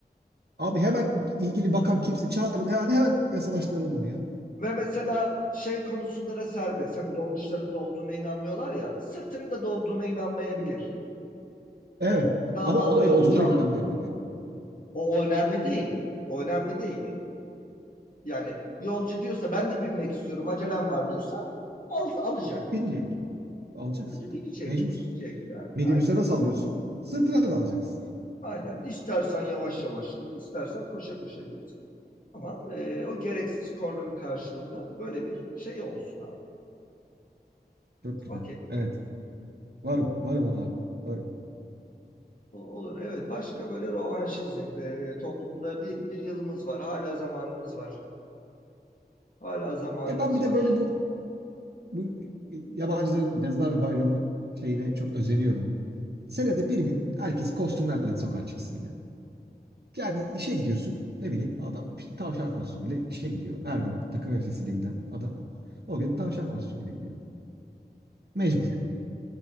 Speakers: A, on the right; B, on the left.
A: Abi hemen ilgili bakan kimse çağırın. Yani hemen yasalaştıralım bunu ya.
B: Ve mesela şey konusunda da serbest. Hani dolmuşların dolduğuna inanmıyorlar ya. Sırtının da dolduğuna inanmayabilir.
A: Evet.
B: Daha
A: Ama
B: fazla
A: ona
B: yolcu.
A: yolcular inanmayabilir yani.
B: O önemli değil. O önemli değil. Yani yolcu diyorsa ben de binmek istiyorum acelem var diyorsa al, alacak.
A: Binecek. Alacaksın
B: Alıcı
A: tabii.
B: binecek.
A: Mecbursun.
B: Binecek yani.
A: Minibüse
B: Aynen.
A: nasıl alıyorsun? Sırtına da alacaksın.
B: Aynen. İstersen yavaş yavaş git. istersen koşa koşa git. Ama e, o gereksiz kornanın karşılığında böyle bir şey olsun abi.
A: Çok güzel.
B: Okey.
A: Evet. Varım. Varım abi. Varım.
B: O- Olur evet başka böyle rövanşizm Ee, toplumda bir, bir yılımız var hala zamanımız var hala zamanımız
A: Ya ben bir
B: var.
A: de böyle bu, bu yabancıların Yazılar Bayramı şeyine çok özeniyorum. Senede bir gün herkes kostümlerle sokağa çıksın Yani işe gidiyorsun ne bileyim adam işte tavşan kostümüyle işe gidiyor. Her gün takım elbisesiyle giden adam o gün tavşan kostümüyle gidiyor. Mecbur.